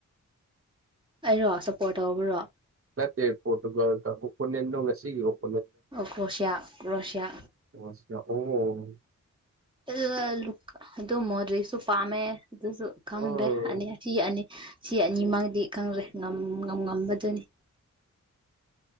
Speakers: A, on the right (about 15°); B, on the right (about 45°).
A: ꯑꯩꯔꯣ ꯁꯞꯄꯣꯔꯠ ꯇꯧꯕꯔꯣ
B: ꯅꯠꯇꯦ ꯄꯣꯔꯇꯨꯒꯜꯒ ꯑꯣꯄꯣꯅꯦꯟꯠꯗꯣ ꯉꯁꯤꯒꯤ ꯑꯣꯄꯣ
A: ꯑꯣ ꯀ꯭ꯔꯣꯁꯤꯌꯥ ꯀ꯭ꯔꯣꯁꯤꯌꯥ
B: ꯀ꯭ꯔꯣꯁꯤꯌꯥ ꯑꯣ
A: ꯨ ꯑꯗꯨꯒ ꯂꯨꯛ ꯑꯗꯨ ꯃꯣꯗ꯭ꯔꯤꯁꯨ ꯄꯥꯝꯃꯦ ꯑꯗꯨꯁꯨ ꯈꯪꯗ꯭ꯔꯦ
B: ꯎꯝ
A: ꯑꯅꯤ ꯁꯤ ꯑꯅꯤ ꯁꯤ ꯑꯅꯤꯃꯪꯗꯤ ꯈꯪꯂꯦ ꯉꯝ ꯉꯝ ꯉꯝꯕꯗꯨꯅꯤ